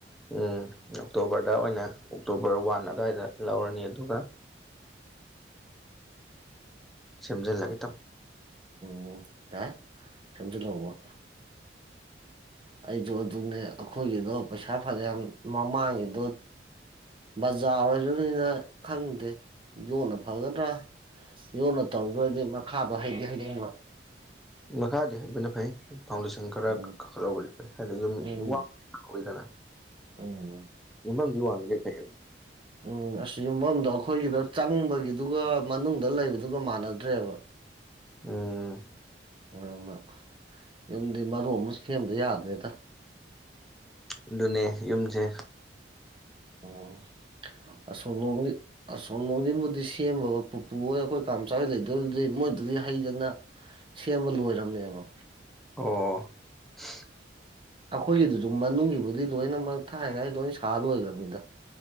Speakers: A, in the centre; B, on the right.
A: ꯎꯝ ꯑꯣꯛꯇꯣꯕꯔꯗ ꯑꯣꯏꯅ ꯑꯣꯛꯇꯣꯕꯔ ꯋꯥꯟ ꯑꯗꯥꯏꯗ ꯂꯧꯔꯅꯤ ꯑꯗꯨꯒ ꯁꯦꯝꯖꯜꯂꯒꯦ ꯇꯧ
B: ꯑꯣ ꯌꯥꯥꯏ ꯁꯦꯝꯖꯤꯜꯍꯧꯕ ꯑꯩꯖꯣ ꯑꯗꯨꯅꯦ ꯑꯈꯣꯏꯒꯤꯗꯣ ꯄꯩꯁꯥ ꯐꯅ꯭ꯌꯥꯝ ꯃꯃꯥꯡꯒꯤꯗꯣ ꯕꯖꯥꯔ ꯑꯣꯏꯗꯣꯏꯅꯤꯅ ꯈꯪꯗꯦ ꯌꯣꯠꯅ ꯐꯒꯗ꯭ꯔꯥ ꯌꯣꯠꯅ ꯇꯧꯗꯣꯏꯗꯤ ꯃꯈꯥꯗꯣ ꯍꯩꯗꯤ ꯍꯩꯅꯤꯡꯕ
A: ꯃꯈꯥꯗꯤ ꯍꯩꯕꯅ ꯐꯩ ꯐꯥꯎꯟꯗꯦꯁꯟ ꯈꯔ
B: ꯎꯝ
A: ꯀꯥꯈꯠꯍꯧꯕꯗꯤ ꯐꯩ ꯍꯥꯏꯗꯤ ꯌꯨꯝ <unintelligible>
B: ꯎꯝ ꯎꯝ
A: ꯌꯨꯝꯕꯝꯗꯤ ꯋꯥꯡꯉꯤꯒꯩ ꯐꯩꯕ
B: ꯎꯝ ꯑꯁ ꯌꯨꯝꯕꯝꯗꯣ ꯑꯈꯣꯏꯒꯤꯗꯣ ꯆꯪꯕꯒꯤꯗꯨꯒ ꯃꯅꯨꯡꯗ ꯂꯩꯕꯗꯨꯒ ꯃꯥꯟꯅꯗ꯭ꯔꯦꯕ
A: ꯎꯝ
B: ꯃꯗꯨꯃ ꯌꯨꯝꯗꯤ ꯃꯔꯣꯟꯃ ꯁꯦꯝꯗ ꯌꯥꯗ꯭ꯔꯦꯗ
A: ꯑꯗꯨꯅꯦ ꯌꯨꯝꯖꯦ
B: ꯑꯣ ꯑꯁꯣꯝꯂꯣꯝꯒꯤ ꯑꯁꯣꯝꯂꯣꯝꯒꯤꯕꯨꯗꯤ ꯁꯦꯝꯃꯒ ꯄꯨꯄꯨ ꯍꯣꯏ ꯑꯈꯣꯏ ꯀꯥꯝꯆꯥ ꯍꯣꯏ ꯂꯩꯗꯣꯏꯗꯨꯗꯤ ꯃꯣꯏꯗꯨꯗꯤ ꯍꯩꯗꯅ ꯁꯦꯝꯕ ꯂꯣꯏꯔꯝꯅꯦꯕ
A: ꯑꯣ ꯑꯣ <inaudible>
B: ꯑꯈꯣꯏꯒꯤꯗꯨꯖꯨ ꯃꯅꯨꯡꯒꯤꯕꯨꯗꯤ ꯂꯣꯏꯅꯃꯛ ꯊꯥꯏꯅꯉꯥꯏ ꯂꯣꯏ ꯁꯥ ꯂꯣꯏꯒ꯭ꯔꯝꯅꯤꯗ